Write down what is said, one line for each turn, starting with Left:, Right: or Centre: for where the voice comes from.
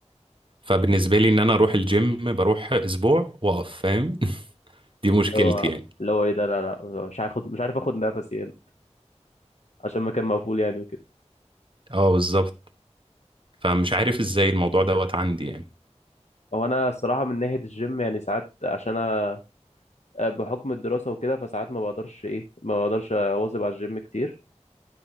Right: فبالنسبه لي ان انا اروح الجيم بروح اسبوع واقف فاهم <laughs> دي مشكلتي
Left: اللي هو
Right: يعني
Left: اللي هو ايه ده لا لا مش هاخد مش عارف اخد نفسي هنا عشان مكان مقفول يعني وكده
Right: اه بالظبط فمش عارف ازاي الموضوع دوت عندي يعني
Left: هو انا الصراحة من ناحية الجيم يعني ساعات عشان انا آه، بحكم الدراسة وكده فساعات ما بقدرش ايه ما بقدرش اواظب على الجيم كتير